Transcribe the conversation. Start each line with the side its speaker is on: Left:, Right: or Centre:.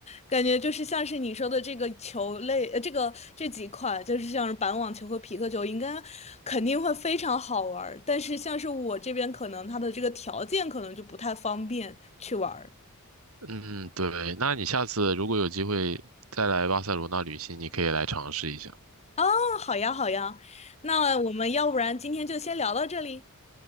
Left: 感觉就是像是你说的这个球类，呃，这个这几款就是像是板网球和皮克球，应该肯定会非常好玩儿。但是像是我这边，可能它的这个条件可能就不太方便去玩儿。
Right: 嗯嗯，对，那你下次如果有机会再来巴塞罗那旅行，你可以来尝试一下。
Left: 哦，好呀，好呀，那我们要不然今天就先聊到这里。